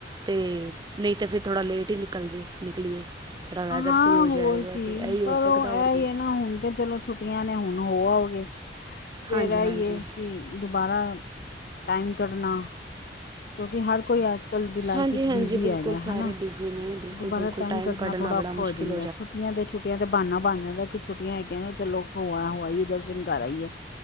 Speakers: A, on the right; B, on the left.
A: ਤੇ ਨਹੀਂ ਤਾਂ ਫਿਰ ਥੋੜ੍ਹਾ ਲੇਟ ਹੀ ਨਿਕਲ ਰਹੀ ਆ ਨਿਕਲੀਏ ਥੋੜ੍ਹਾ ਵੈਦਰ
B: ਹਾਂ
A: ਸਹੀ ਹੋ
B: ਹੋਰ
A: ਜਾਏਗਾ
B: ਕੀ
A: ਤੇ ਇਹੀ
B: ਪਰ
A: ਹੋ ਸਕਦਾ
B: ਉਹ ਇਹ
A: ਹੋਰ ਕੀ
B: ਹੀ ਹੈ ਨਾ ਹੁਣ ਤੇ ਚਲੋ ਛੁੱਟੀਆਂ ਨੇ ਹੁਣ ਹੁਣ ਹੋ ਆਉਗੇ ਫਿਰ
A: ਹਾਂਜੀ
B: ਆਈ
A: ਹਾਂਜੀ
B: ਹੈ ਕਿ ਦੁਬਾਹਰਾ ਟਾਈਮ ਕੱਢਣਾ ਕਿਉਂਕਿ ਹਰ ਕੋਈ ਇਸ ਅੱਜ ਕੱਲ ਦੀ ਲਾਈਫ
A: ਹਾਂਜੀ
B: ਵਿੱਚ
A: ਹਾਂਜੀ
B: ਬਿਜ਼ੀ
A: ਬਿਲਕੁਲ
B: ਹੈਗਾ
A: ਸਾਰੇ
B: ਹਨਾ
A: ਬਿਜ਼ੀ ਨੇ ਬਿਲਕੁਲ
B: ਦੁਬਾਰਾ
A: ਬਿਲਕੁਲ
B: ਟਾਈਮ ਕੱਡਣਾ
A: ਕੱਢਣਾ
B: ਥੋੜ੍ਹਾ
A: ਬੜਾ
B: ਔਖਾ
A: ਮੁਸ਼ਕਿਲ
B: ਹੋ ਜਾਂਦਾ ਛੁੱਟੀਆਂ ਦੇ ਛੁੱਟੀਆਂ ਦਾ ਬਾਨਾ ਬਣ ਜਾਂਦਾ ਕਿ ਛੁੱਟੀਆਂ ਹੈਗੀਆਂ ਚਲੋ ਹੋਆ ਹੋਆਈ ਦਰਸ਼ਨ ਕਰ ਆਈਏ